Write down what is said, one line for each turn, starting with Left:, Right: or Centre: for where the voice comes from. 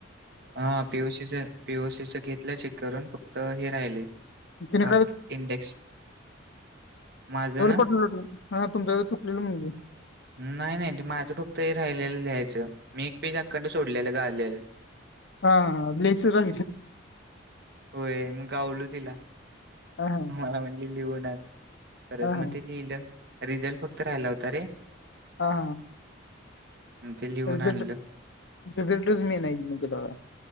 Right: हा पीओसीच पीओसीच घेतलं चेक करून फक्त हे राहिले.
Left: तिने
Right: बक इंडेक्स. माझं
Left: व
Right: ना
Left: पटटू हा तुमच्या चुकलेलं म्हणे.
Right: नाही नाही ते माझं फक्त हे राहिलं लिहायचं मी एक पेज अखंड सोडलेलं ग आलेलं.
Left: हा ब्सर.
Right: होय मग गावलू तिला
Left: हा हा
Right: मला म्हटली लिहून आन. परत
Left: हा हा
Right: मग ते लिहिलं रिझल्ट फक्त राहिला होता रे.
Left: हा हा.
Right: मग ते लिहून
Left: रिझट
Right: आणलं.
Left: रिझटच मेन आहे मग दला.